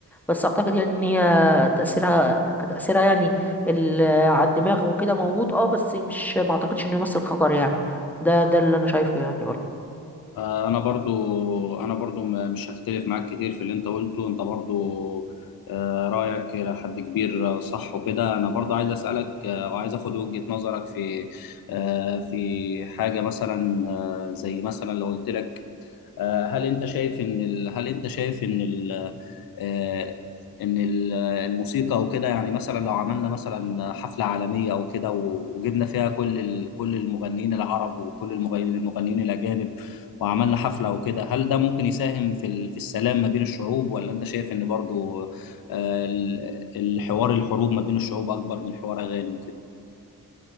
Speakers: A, in the centre; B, on the left.
A: بس اعتقد يعني ان هي تاثيرها كتاثيرها يعني ال- على الدماغ وكده موجود اه بس مش ما اعتقدش انه يمثل خطر يعني ده ده اللي انا شايفه يعني برضه
B: آه، انا برضو انا برضو م- مش هختلف معاك كتير في اللي انت قلته انت برضو آه، رايك الى حد كبير آه، صح وكده انا برضو عايز اسالك آه، وعايز اخد وجهه نظرك في آه، في حاجه مثلا آه، زي مثلا لو قلت لك آه، هل انت شايف ان ال... هل انت شايف ان ال... آه، ان ال- الموسيقى وكده يعني مثلا لو عملنا مثلا حفلة عالمية او كده و- وجبنا فيها كل ال... كل المغنيين العرب وكل المغنيين المغنيين الاجانب وعملنا حفلة وكده هل ده ممكن يساهم في ال... في السلام ما بين الشعوب ولا انت شايف ان برضو آه، ال- الحوار الحروب ما بين الشعوب اكبر من حوار اغاني وكده